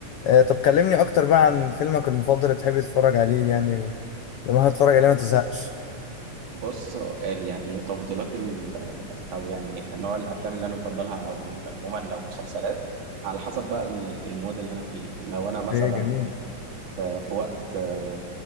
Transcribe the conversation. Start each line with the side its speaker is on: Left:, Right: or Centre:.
Left: آه، طب كلمني اكتر بقى عن فيلمك المفضل اللي بتحب تتفرج عليه يعني و- لما هتتفرج عليه ما تزهقش
Right: بص سؤال يعني تفضيلات او يعني نوع الافلام اللي انا بفضلها او ال- عموما لو مسلسلات على حسب بقى ال- المود اللي انا فيه لو انا مثلا
Left: ايه جميل
Right: في في وقت آه،